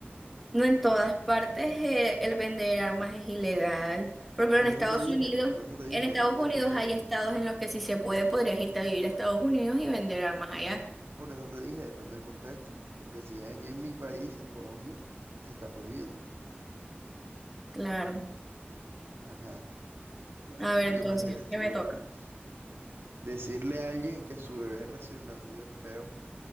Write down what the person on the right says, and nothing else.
Por
eso te dije,
por eso te dije,
depende
del contexto.
Por eso te dije, depende del contexto. Porque si es aquí en mi país, en Colombia, está prohibido.
Ajá. Bueno,
¿tú
qué prefieres? ¿Tú
qué prefieres?
¿Decirle a alguien que su bebé recién nacido es feo